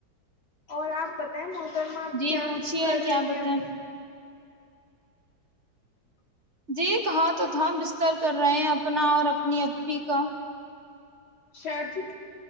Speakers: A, on the left; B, on the right.
A: اور آپ پتیں موسم پرم آپ
B: جی
A: کیا
B: پوچھیے
A: کر
B: کیا
A: رہی
B: بتائیں
A: ہیں ابھی
B: جی کہاں تو تھا بستر کر رہے ہیں اپنا اور اپنی اپی کا
A: شاہ جی